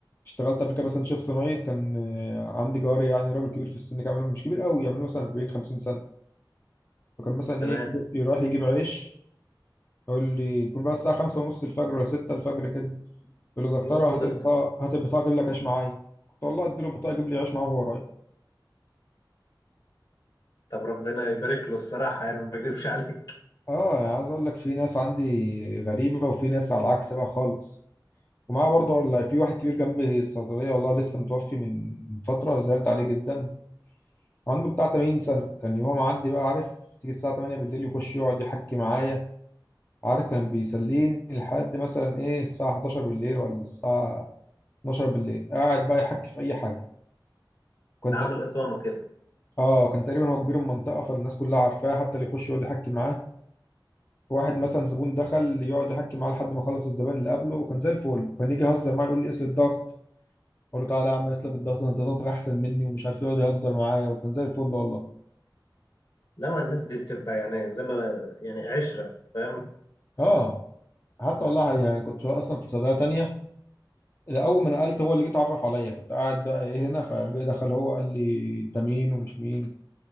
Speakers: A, on the left; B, on the left.
A: اشتغلت قبل كده مثلا شيفت نايت كان آه، عندي جاري يعني راجل كبير في السن كان عامل- مش كبير قوي يعمل له مثلا 40 50 سنه فكان مثلا
B: تمام
A: ايه رايح يجيب عيش يقول لي يكون بقى الساعة خمسة ونص الفجر ولا ستة الفجر كده يقول لي دكتورة
B: يقول له خد
A: هات
B: افطر
A: البطاقة هات البطاقة أجيب لك عيش معايا كنت والله أديله البطاقة يجيب لي عيش معاه وهو رايح
B: طب ربنا يبارك له الصراحه يعني ما اكذبش عليك
A: آه يعني عايز أقول لك في ناس عندي غريبة وفي ناس على العكس بقى خالص ومعاه برضه ولا في واحد كبير جنبي الصيدلية والله لسه متوفي من فترة زعلت عليه جدا عنده بتاع 80 سنة كان يوم معدي بقى عارف تيجي الساعة 8 بالليل يخش يقعد يحكي معايا عارف كان بيسليني لحد مثلا إيه الساعة 11 بالليل ولا الساعة 12 بالليل قاعد بقى يحكي في أي حاجة كنت
B: ده عامل اقامه كده
A: اه كان تقريبا هو كبير المنطقه فالناس كلها عارفاه حتى اللي يخش يقعد يحكي معاه واحد مثلا زبون دخل يقعد يحكي معاه لحد ما خلص الزبائن اللي قبله وكان زي الفل كان يجي يهزر معايا يقول لي قيس لي الضغط اقول له تعالى يا عم قيس لك الضغط انت ضغطك احسن مني ومش عارف إيه، يقعد يهزر معايا وكان زي الفل والله
B: لا ما الناس دي بتبقى يعني زي ما يعني عشره فاهم
A: اه حتى والله يعني كنت شغال اصلا في صيدليه تانية اول ما نقلت هو اللي جه اتعرف عليا كنت قاعد بقى ايه هنا فدخل هو قال لي انت مين ومش مين